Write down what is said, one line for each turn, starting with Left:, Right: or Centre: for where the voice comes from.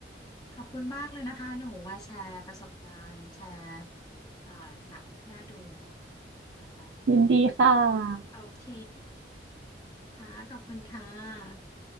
Left: ขอบคุณมากเลยนะคะหนูมาแชร์ประสบการณ์แชร์เอ่อหนังที่น่าดูต่อไป
Right: ยินดีค่ะ
Left: โอเคค่ะขอบคุณค่ะ